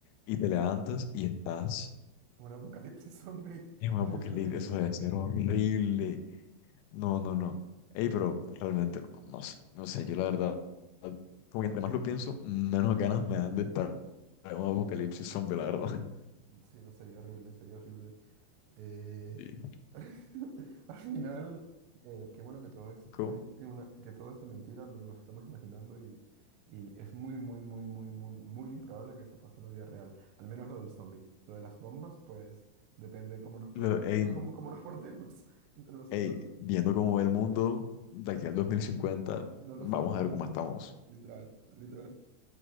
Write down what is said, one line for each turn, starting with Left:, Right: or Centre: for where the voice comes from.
Left: y te levantas y estás
Right: <laughs> Un apocalipsis zombie.
Left: en un
Right: <laughs>
Left: apocalipsis. Eso debe ser horrible. No, no, no. Ey, pero realmente no, no sé, no sé, yo la verdad, como que entre más lo pienso, menos ganas me dan de estar en un apocalipsis zombie, la verdad. <laughs>
Right: Sí, no, sería horrible, sería horrible. Eh,
Left: Sí.
Right: <laughs> Al final, eh, qué bueno que todo es
Left: Como-
Right: una, una- que todo es de mentira, nos lo estamos imaginando y, y es muy, muy, muy, muy, muy, muy improbable que eso pase en la vida real. Al menos lo del zombie. Lo de las bombas, pues depende de cómo nos, por-
Left: lo- ey,
Right: <laughs> cómo, cómo nos portemos entre nosotros.
Left: ey, viendo cómo ve el mundo de aquí al 2050,
Right: No
Left: vamos
Right: lo sabemos.
Left: a ver cómo estamos.
Right: Literal, literal.